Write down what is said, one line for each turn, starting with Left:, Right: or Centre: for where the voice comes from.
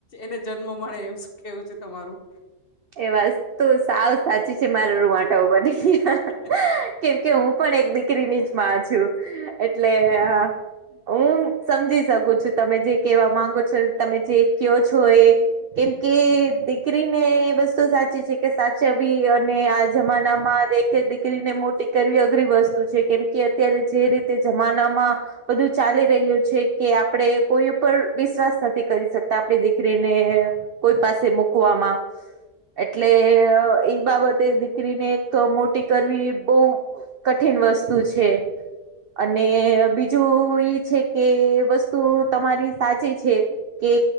Left: એને જન્મ મળે એમ શું કેવું છે તમારું?
Right: એ વાતતુ સાવ સાચી છે મારા રૂવાટા ઉભા થઈ ગયા.
Left: <unintelligible>
Right: કેમ કે હું પણ એક દીકરીની જ માં છું એટલે અ હું સમજી શકું છું તમે જે કેવા માંગો છો તમે જે કેવો છો એ કેમ કે દીક દીકરીને એ વસ્તુ સાચી છે કે સાચવી અને આ જમાનામાં <unintelligible> દીકરીને મોટી કરવી અઘરી વસ્તુ છે કેમ કે અત્યારે જે રીતે જમાનામાં. બધું ચાલી રહ્યું છે કે આપણે કોઈ ઉપર વિશ્વાસ નથી કરી શકતા આપડી દીકરીને કોઈ પાસે મુકવામાં. એટલે અ ઈ બાબતે દીકરીને એક તો મોટી કરવી બો કઠિન વસ્તુ છે અને બીજું ઈ છે કે વસ્તુ તમારી સાચી છે કે